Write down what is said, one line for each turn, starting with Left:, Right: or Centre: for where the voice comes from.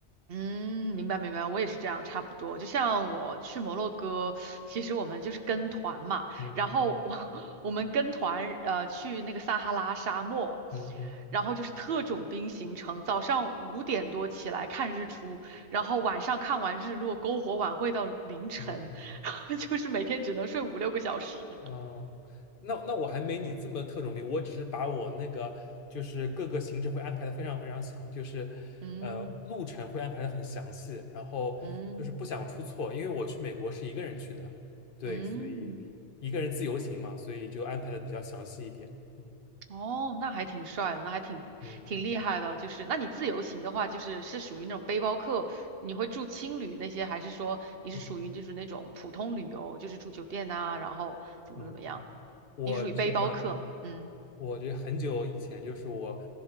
Right: 嗯，明白明白，我也是这样，差不多。就像我去摩洛哥，其实我们就是跟团嘛，
Left: 嗯嗯
Right: 然后我 <laughs> 我们跟团呃去那个撒哈拉沙漠，
Left: 嗯嗯
Right: 然后就是特种兵行程，早上五点多起来看日出，然后晚上看完日落，篝火晚会到凌晨，
Left: 嗯嗯嗯。嗯嗯
Right: <laughs> 然后就是每天只能睡五六个小时。
Left: 嗯，那那我还没你这么特种兵，我只是把我那个就是各个行程会安排的非常非常详，就是
Right: 嗯
Left: 呃路程会安排的很详细，然后就是不想出错，
Right: 嗯
Left: 因为我去美国是一个人去的，对，
Right: 嗯。
Left: 所以一个人自由行嘛，
Right: 嗯
Left: 所以就安排的比较详细一点。嗯
Right: 哦，那还挺帅的，那还挺挺厉害的。
Left: 嗯
Right: 就是，那你自由行的话，就是是属于那种背包客，你会住青旅那些，还是说你是属于就是那种普通旅游，
Left: 嗯
Right: 就是住酒店呐、然后怎么怎么样？
Left: 嗯，我这个。
Right: 你属于背包客吗？嗯，
Left: 我这很久以前，就是我